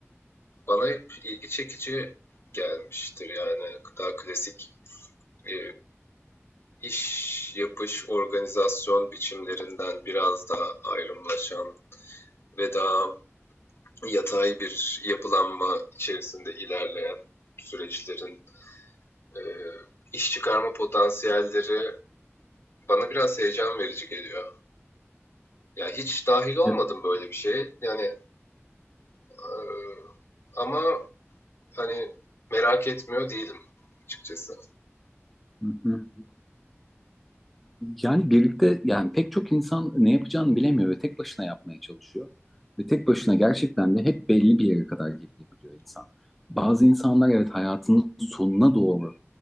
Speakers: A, on the left; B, in the centre.
A: Bana hep ilgi çekici gelmiştir yani daha klasik e, iş yapış organizasyon biçimlerinden biraz daha ayrımlaşan ve daha yatay bir yapılanma içerisinde ilerleyen süreçlerin e, iş çıkarma potansiyelleri bana biraz heyecan verici geliyor. Yani hiç dahil olmadım
B: e,
A: böyle bir şeye yani e, ama hani merak etmiyor değilim açıkçası.
B: hı hı. Yani birlikte yani pek çok insan ne yapacağını bilemiyor ve tek başına yapmaya çalışıyor. Ve tek başına gerçekten de hep belli bir yere kadar gelebiliyor insan. Bazı insanlar evet hayatının sonuna doğru